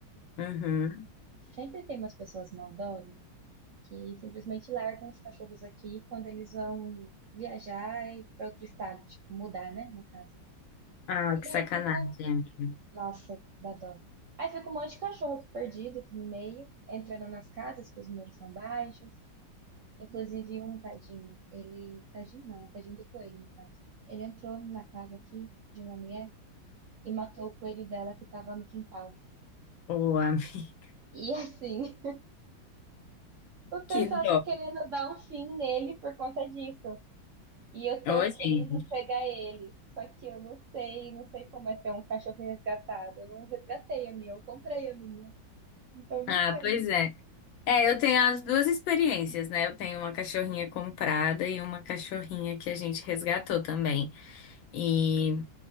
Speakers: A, on the left (about 75°); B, on the right (about 65°).
A: uhum.
B: Sempre tem umas pessoas maldosas que simplesmente largam os cachorros aqui quando eles vão viajar e para outro estado, tipo, mudar, né, no caso.
A: Ah,
B: E
A: que sacanagem,
B: aí ficou,
A: amiga.
B: nossa, dá dó. Aí fica um monte de cachorro aqui perdido aqui no meio, entrando nas casas, porque os muros são baixos. Inclusive um tadinho, ele. Tadinho não, né? tadinho do coelho, no caso. Ele entrou na casa aqui de uma mulher e matou o coelho dela que tava no quintal.
A: Ô, amiga, <laughs>
B: E assim, <laughs> o pessoal
A: que dó.
B: tá querendo dar um fim nele por conta disso. E eu tô
A: Ô, gente.
B: querendo pegar ele. Só que eu não sei, não sei como é ter um cachorro resgatado. Eu não resgatei a minha, eu comprei a minha. Então não
A: Ah,
B: sei.
A: pois é. É, eu tenho as duas experiências, né? Eu tenho uma cachorrinha comprada e uma cachorrinha que a gente resgatou também. E